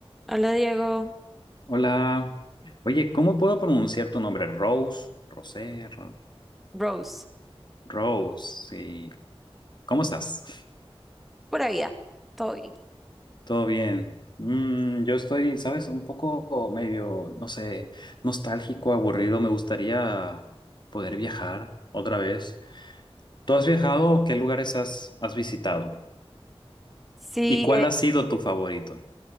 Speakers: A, in the centre; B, on the left (about 50°).
A: Hola Diego,
B: Hola. Oye, ¿cómo puedo pronunciar tu nombre? Rose, Rosé, Ro-
A: Rose,
B: Rose, sí. ¿Cómo estás?
A: por allá, todo bien.
B: ¿Todo bien? Mm, yo estoy, ¿sabes? Un poco medio, no sé, nostálgico, aburrido. Me gustaría poder viajar otra vez. ¿Tú has viajado? ¿Qué lugares has, has visitado?
A: Sí,
B: ¿Y cuál
A: eh,
B: ha sido tu favorito?